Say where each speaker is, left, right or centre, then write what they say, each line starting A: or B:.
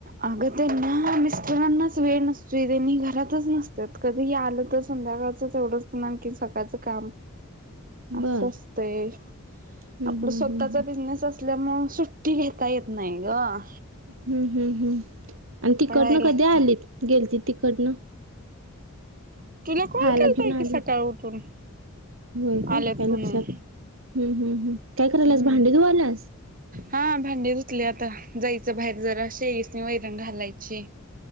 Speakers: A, on the right; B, on the right.
A: अगं त्यांना मिस्टरांनाच वेळ नसतोय त्यांनी घरातच नसतात. कधीही आलं तर संध्याकाळचच एवढंच पुन्हा आणखी सकाळच काम.
B: <inaudible>
A: असं
B: बर
A: असतय
B: हम्म
A: आपला
B: हम्म
A: स्वतःचा
B: हम्म
A: बिजनेस अस तल्या म सुट्टी घेता येत नाय गं.
B: हम्म. हम्म. हम्म. आणि तिकडनं
A: पळायला
B: कधी
A: लागत
B: आलीत गेलतीत तिकडंण.
A: तुला कॉल
B: खायला
A: केलताय
B: घेऊन
A: की
B: आले
A: सकाळ उठून.
B: होय काय
A: आलेत
B: काय
A: म्हणून
B: लक्षात हम्म हम्म काय करायलास
A: हम्म
B: भांडी धुवायलास.
A: हा भांडे धुतले आता जायचं बाहेर <unintelligible> नी वैरण घालायची.